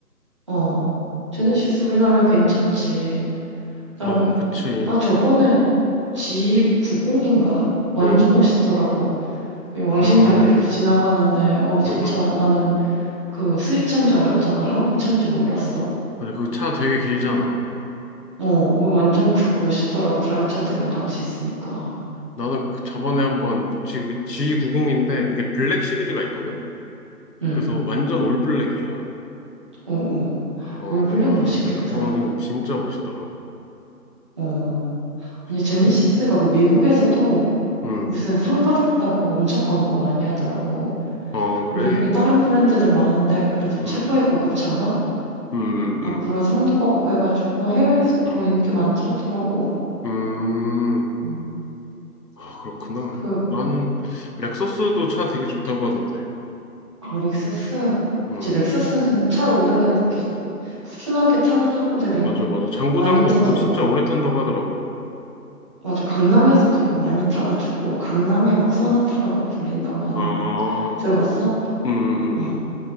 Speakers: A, on the right; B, on the left.
A: 어. 제네시스
B: 어,
A: 우리나라에 괜찮지. 그다음에
B: 어, 그치.
A: 나 저번에 G90인가? 완전
B: 응,
A: 멋있더라고. 그 왕십리
B: 음,
A: 앞에 이렇게 지나가는데, 어, 저
B: 음,
A: 차,
B: 음.
A: 나는 그 수입차인 줄 알았잖아. 한국차인 줄 몰랐어.
B: 맞아, 그 차 되게 길잖아.
A: 어, 완전 크고 멋있더라고. 다른 차들이랑 같이 있으니까.
B: 나는 그 저번에 한번, 그치, 그 G90인데, 그게 블랙 시리즈가 있거든?
A: 응,
B: 그래서 완전 올블랙이야.
A: 어, 어.
B: 어,
A: 올블랙
B: 와,
A: 멋있겠다.
B: 근데 그거는 진짜 멋있더라.
A: 어. 아니, 제네시스가
B: 그래?
A: 그 미국에서도
B: 응,
A: 무슨 상 받았다고 엄청 광고 많이 하더라고.
B: 어, 그래.
A: 미국에 다른 브랜드들 많은데 그래도 최고의
B: 응,
A: 고급차인가?
B: 응, 응,
A: 막
B: 응.
A: 그런 상도 받고 해가지고 해외에서도
B: 음,
A: 인기 많다더라고.
B: 음,
A: 음.
B: 아, 그렇구나.
A: 그
B: 나는 렉서스도 차 되게 좋다고 하던데.
A: 아, 렉서스
B: 음,
A: 그치 렉서스는 차 오래 이렇게 꾸준하게 타는 사람들이
B: 맞아, 맞아. 장고장도
A: 많이 타더라.
B: 없고 진짜 오래 탄다고 하더라고.
A: 맞아 강남에서도 이거 많이 타가지고 강남의 막 소나타라고 불린다고 한
B: 아,
A: 들어봤어?
B: 음, 음,
A: 어,
B: 음.